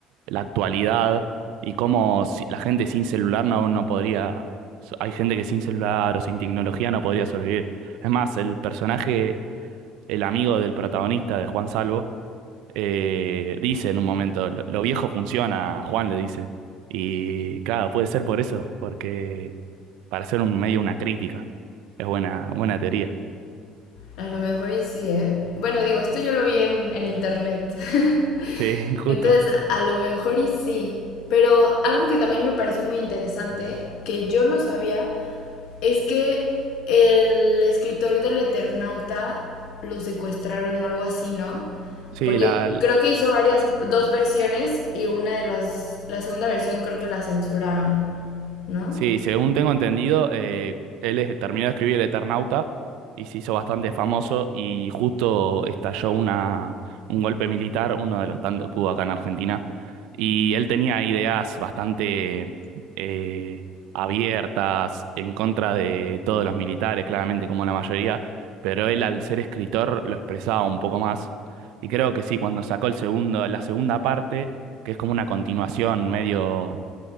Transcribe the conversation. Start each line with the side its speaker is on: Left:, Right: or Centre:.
Right: la actualidad y cómo si- la gente sin celular no, no podría... so, Hay gente que sin celular o sin tecnología no podría sobrevivir. Es más, el personaje, el amigo del protagonista de Juan Salvo, eh, dice en un momento, lo, lo viejo funciona, Juan le dice. Y claro, puede ser por eso, porque para hacer un medio una crítica. Es buena, buena teoría.
Left: A lo mejor y sí, ¿eh? Bueno, digo, esto yo lo vi en, en internet. <laughs>
Right: Sí, <laughs> justo.
Left: Entonces, a lo mejor y sí. Pero algo que también me pareció muy interesante, que yo no sabía, Es que el escritor del Eternauta lo secuestraron o algo así, ¿no?
Right: Sí,
Left: Porque
Right: la,
Left: creo que hizo varias, dos versiones y una de las, la segunda versión creo que la censuraron, ¿no?
Right: Sí, según tengo entendido, eh, él es- terminó de escribir El Eternauta y se hizo bastante famoso y justo estalló una, un golpe militar, uno de los tantos que hubo acá en Argentina. Y él tenía ideas bastante eh, abiertas en contra de todos los militares, claramente como la mayoría, pero él al ser escritor lo expresaba un poco más. Y creo que sí, cuando sacó el segundo, la segunda parte, que es como una continuación medio